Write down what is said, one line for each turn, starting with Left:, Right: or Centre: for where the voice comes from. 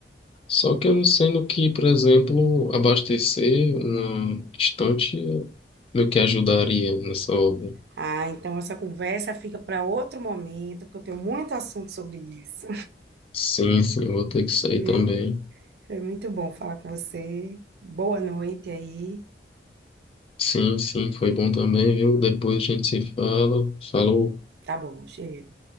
Left: Só que eu não sendo que, por exemplo, abastecer uma estante meio que ajudaria nessa obra.
Right: Ah, então essa conversa fica para outro momento, porque eu tenho muito assunto sobre isso.
Left: Sim, sim, vou ter que sair
Right: viu?
Left: também.
Right: Foi muito bom falar com você. Boa noite aí.
Left: Sim, sim, foi bom também, viu? Depois a gente se fala. Falou.
Right: Tá bom, cheiro.